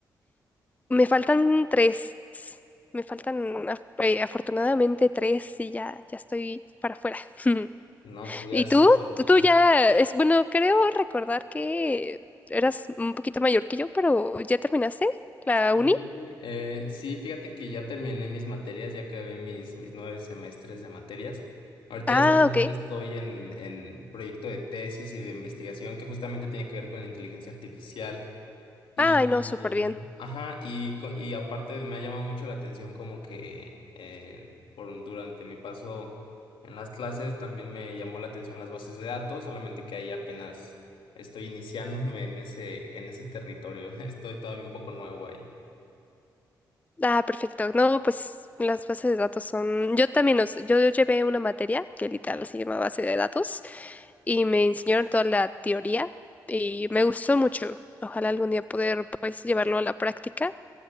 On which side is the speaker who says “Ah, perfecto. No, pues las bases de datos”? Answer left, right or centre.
Left